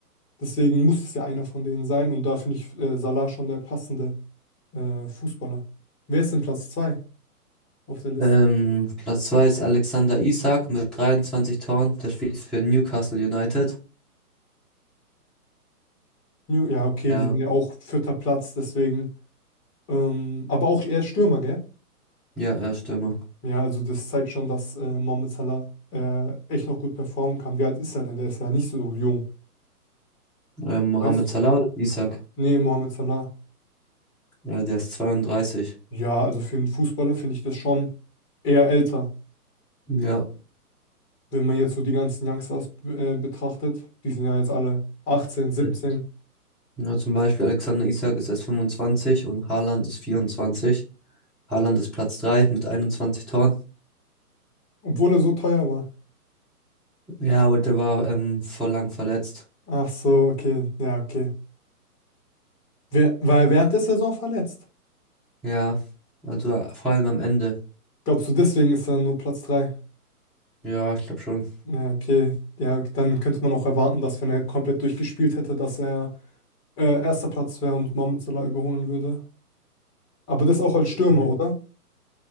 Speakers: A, on the left (about 20°); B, in the centre.
A: Deswegen muss es ja einer von denen sein und da finde ich äh, Salah schon der passende äh, Fußballer. Wer ist denn Platz 2 auf der Liste?
B: Ähm, Platz 2 ist Alexander Isak mit 23 Toren. Der spielt für Newcastle United.
A: New, ja, okay,
B: Ja,
A: die sind ja auch vierter Platz, deswegen. Ähm, aber auch eher Stürmer, gell?
B: ja, er ist Stürmer.
A: Ja, also das zeigt schon, dass äh, Mohamed Salah äh, echt noch gut performen kann. Wie alt ist er denn? Der ist ja nicht so jung.
B: Ähm, Mohamed
A: Weißt du?
B: Salah oder Isak.
A: Nee, Mohamed Salah.
B: Ja, der ist 32.
A: Ja, also für einen Fußballer finde ich das schon eher älter.
B: Ja.
A: Wenn man jetzt so die ganzen Youngsters äh, betrachtet, die sind ja jetzt alle 18, 17.
B: Ja, Ja, zum Beispiel Alexander Isak ist erst 25 und Haaland ist 24. Haaland ist Platz 3 mit 21 Toren.
A: Obwohl er so teuer war.
B: Ja, aber der war ähm, voll lang verletzt.
A: Ach so, okay. Ja, okay. Wer, war er während der Saison verletzt?
B: Ja, also äh, vor allem am Ende.
A: Glaubst du, deswegen ist er nur Platz 3?
B: Ja, ich glaube schon.
A: Ja, okay. Ja, dann könnte man auch erwarten, dass wenn er komplett durchgespielt hätte, dass er äh, erster Platz wäre und Mohamed Salah überholen würde. Aber das auch als Stürmer,
B: Mhm.
A: oder?